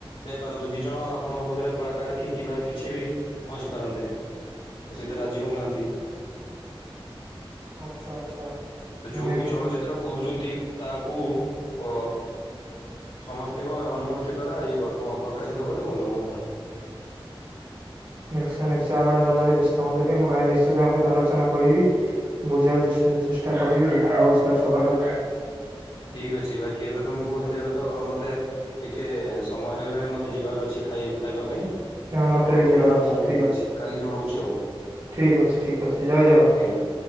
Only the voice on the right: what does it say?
ଆଚ୍ଛା ଆଚ୍ଛା।
ନାଇଁ
କିଛି
ନିଶ୍ଚୟ ନିଶ୍ଚୟ ଆପଣ ତମାର ବ୍ୟସ୍ତ ହୁଅନ୍ତୁନି ମୁଁ କାଲି ନିଶ୍ଚୟ ତଙ୍କ ସହିତ ଆଲୋଚନା କରିବି ବୁଝିବାକୁ ଚେଷ୍ଟା କରିବି ଦେଖା ହଉଛି କାଲି ସକାଳ ଆଉ
ମତେ
ବି ଯିବାର
ଅଛି ଠିକ ଅଛି
ଠିକ ଅଛି ଠିକ ଅଛି ଜୟ ଜଗନ୍ନାଥ।